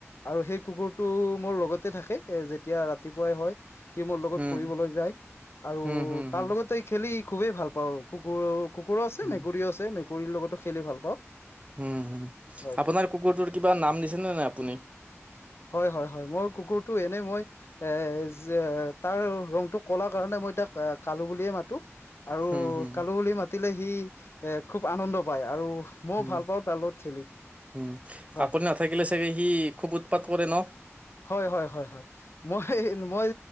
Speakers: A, on the left; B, on the right.
A: আৰু সেই কুকুৰটো মোৰ লগতে থাকে এ যেতিয়া ৰাতিপুৱাই হয়। সি মোৰ লগত
B: হুম,
A: ফুৰিবলৈ যায় আৰু
B: হুম, হুম, হুম,
A: তাৰ লগতে খেলি খুবেই ভাল পাওঁ, কুকুৰ কুকুৰো আছে
B: হুম,
A: মেকুৰী আছে মেকুৰীৰ লগতো খেলি ভাল পাওঁ।
B: উম হুম,
A: হয়
B: আপোনাৰ কুকুৰটোৰ কিবা নাম দিছেনে নাই আপুনি?
A: হয় হয় হয়, মই কুকুৰটো এনেই মই এ যে তাৰ ৰংটো কলা কাৰণে মই তাক কালো বুলিয়ে মাতো। আৰু
B: হুম, হুম,
A: কালু বুলি মাতিলে সি এ খুব আনন্দ পায় আৰু, মইও
B: উম
A: ভাল পাওঁ তাৰ লগত খেলি
B: উম,
A: হয়
B: আপুনি নাথাকিলে চাগে সি খুব উৎপাত কৰে ন?
A: হয় হয় হয় হয়, মই মই